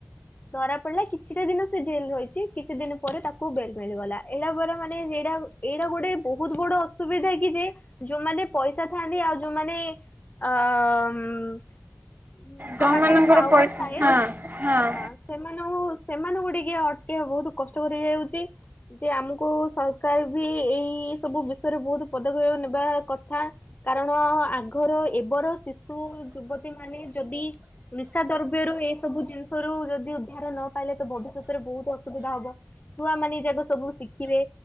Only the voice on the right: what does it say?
ଯୋଉମାନଙ୍କର
ପଇସା
ହଁ ହଁ